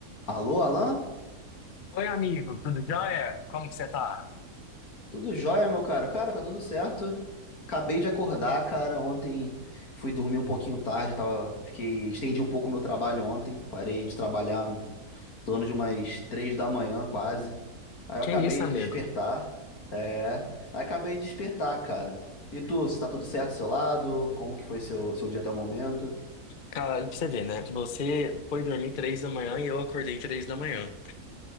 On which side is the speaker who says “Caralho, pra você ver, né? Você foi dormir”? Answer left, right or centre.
Left